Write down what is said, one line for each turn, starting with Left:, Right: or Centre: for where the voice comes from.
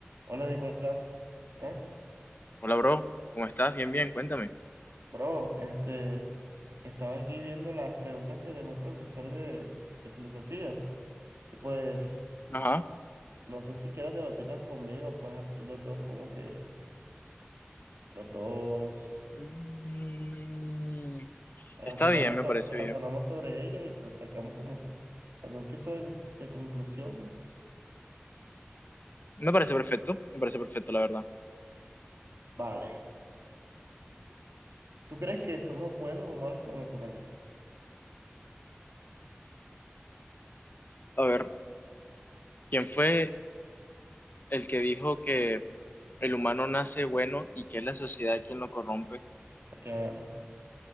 Right: Hola Nicolás, ¿estás?
Left: Hola, bro. ¿Cómo estás? Bien, bien, cuéntame.
Right: Bro, este, estaba aquí viendo las preguntas que dejó el profesor de, de filosofía y pues
Left: Ajá.
Right: no sé si quieras debatirlas conmigo, pues así los dos como que los dos
Left: Mm,
Right: razonamos,
Left: está bien, me
Right: so-
Left: parece
Right: razonamos
Left: bien.
Right: sobre ellas y pues sacamos como algún tipo de, de conclusión.
Left: Me parece perfecto, me parece perfecto, la verdad.
Right: Vale, ¿tú crees que somos buenos o malos por naturaleza?
Left: A ver, ¿quién fue el que dijo que el humano nace bueno y que es la sociedad quien lo corrompe?
Right: Aquí a verlo,